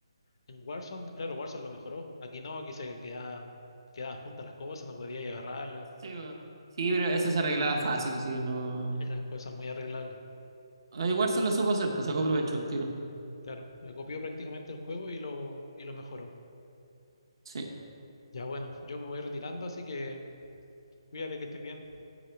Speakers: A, on the left; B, on the right.
A: en Warzone, claro, Warzone lo mejoró. Aquí no, aquí se quedaban, quedaban juntas las cosas, no podía agarrarlas.
B: Sí, po. Sí, pero eso se arreglaba fácil, sí, no.
A: eran cosas muy arreglables.
B: Ah, Igual se lo supo hacer, pues sacó provecho el tiro.
A: Claro, le copió prácticamente el juego y lo, y lo mejoró.
B: Sí.
A: Ya bueno, yo me voy retirando, así que cuídate que estés bien.